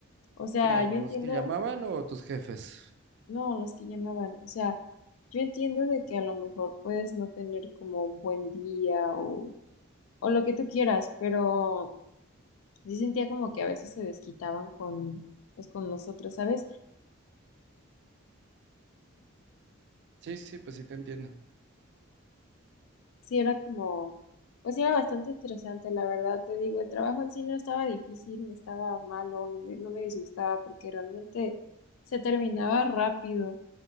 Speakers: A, on the left; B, on the right.
A: O sea,
B: ¿Quién?
A: yo
B: ¿Los
A: entiendo,
B: que llamaban o tus jefes?
A: no, los que llamaban, o sea, yo entiendo de que a lo mejor puedes no tener como un buen día o, o lo que tú quieras, pero sí sentía como que a veces se desquitaban con, pues, con nosotros, ¿sabes?
B: Sí, sí, pues sí te entiendo.
A: Sí, era como, pues sí, era bastante estresante, la verdad, te digo, el trabajo en sí no estaba difícil, no estaba malo, no me, no me disgustaba porque realmente se terminaba rápido,